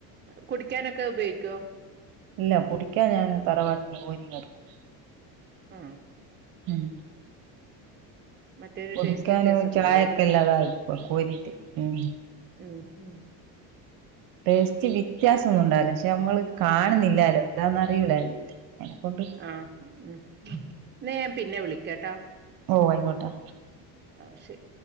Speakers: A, on the right; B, on the right.
A: കുടിക്കാനൊക്കെ ഉപയോഗിക്കോ
B: ഇല്ല കുടിക്കാൻ ഞാന് തറവാട്ടിന്ന് കോരിങ്ങെടുക്കും
A: ആഹ്
B: ഉം
A: മറ്റേരു
B: കുടിക്കാനും
A: ടേസ്റ്റ് വ്യത്യാസം ഉണ്ടാവൂല്ലേ
B: ചായക്കെല്ലാതായിപ്പോ കോരിട്ട് ഉം
A: ഉം ഉം
B: ടേസ്റ്റ് വ്യത്യാസം ഒന്നും ഉണ്ടാവുല്ല പക്ഷെ നമ്മള് കാണുന്നില്ലാലോ എന്താന്നറിയൂല അയ്നെക്കൊണ്ട്
A: ആഹ് ഉം ന്ന ഞാൻ പിന്നെ വിളിക്കട്ടാ
B: ഓഹ് ആയിക്കോട്ടെ
A: ആശരി